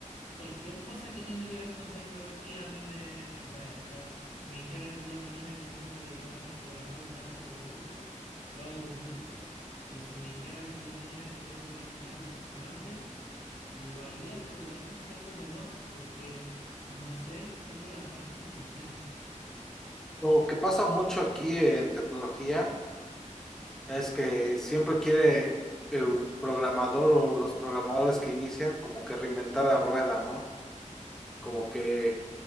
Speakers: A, on the left; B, in the centre.
A: cualquier cosa que tenga que ver con tecnología a mí me, me atrae. O sea, si me dijeran el día de mañana que tengo que dedicarme a programar un brazo robótico, lo hago con gusto. Y si me dijeran el día de mañana que tengo que diseñar un frontend, lo haría, pero igual con cierto temor, porque no sé si tengo las bases suficientes.
B: lo que pasa mucho aquí en tecnología es que siempre quiere el programador o los programadores que inician como que reinventar la rueda, ¿no? Como
A: Mm.
B: que